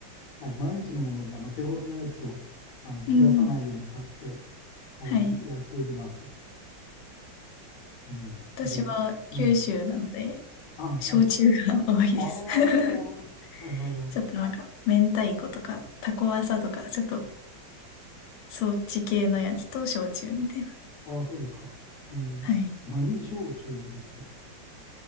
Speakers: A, on the left; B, on the left.
A: はい、毎日のもので、あの手頃なやつをあの切らさないように買って、
B: うん。
A: はい、
B: はい。
A: やっております。うん、
B: 私は九州なので、
A: で、うん。あ、はい。
B: 焼酎が多いです。
A: ああ、
B: <laughs>
A: はいはいはい。
B: ちょっとなんか、明太子とか、タコワサとか、ちょっとそっち系のやつと焼酎みたいな。
A: ああ、そうですか。うん、
B: はい。
A: 何焼酎ですか。